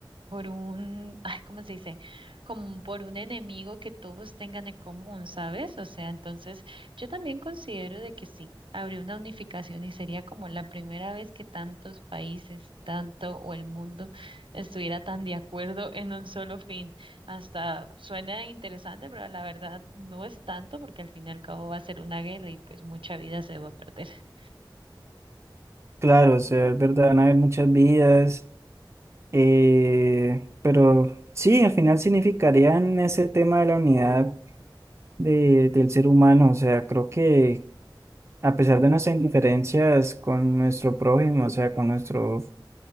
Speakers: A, on the right; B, on the right.
A: por un, ay, ¿cómo se dice? Como por un enemigo que todos tengan en común, ¿sabes? O sea, entonces yo también considero de que sí, habría una unificación y sería como la primera vez que tantos países, tanto o el mundo estuviera tan de acuerdo en un solo fin. Hasta suena interesante, pero la verdad no es tanto porque al fin y al cabo va a ser una guerra y pues mucha vida se va a perder. <laughs>
B: Claro, o sea, es verdad, van a haber muchas vidas. Eh, pero sí, al final significarían ese tema de la unidad de- del ser humano. O sea, creo que a pesar de nuestras indiferencias con nuestro prójimo, o sea, con nuestras